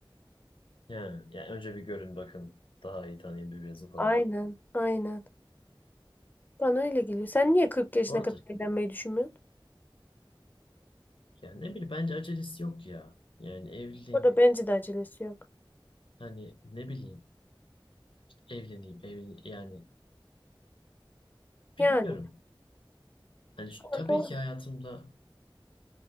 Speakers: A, on the left (about 75°); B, on the left (about 20°).
A: Ya, yani önce bir görün bakın. Daha iyi tanıyın birbirinizi falan.
B: Aynen, aynen. Bana öyle geliyor. Sen niye 40 yaşına
A: Bu arada
B: kadar evlenmeyi düşünmüyorsun?
A: yani ne bileyim bence acelesi yok ya. Yani evliliğin
B: Burada bence de acelesi yok.
A: hani ne bileyim evleneyim evlen yani
B: Yani.
A: bilmiyorum. Hani şu-
B: Ha,
A: tabii
B: Doğru.
A: ki hayatımda